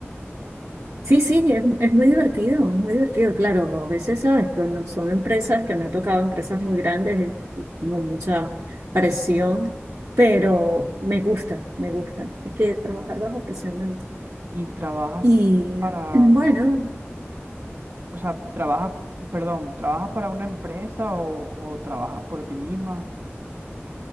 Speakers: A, on the right; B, on the right.
A: sí, sí, es, es muy divertido, es muy divertido, claro. A veces, ¿sabes? Cuando son empresas que me han tocado, empresas muy grandes, es como mucha presión, pero me gusta, me gusta. Es que trabajar
B: Ah,
A: bajo presión me gusta.
B: ¿Y trabajas
A: Y
B: para,
A: <clears throat>
B: o
A: bueno,
B: sea, trabajas, perdón, trabajas para una empresa o, o trabajas por ti misma?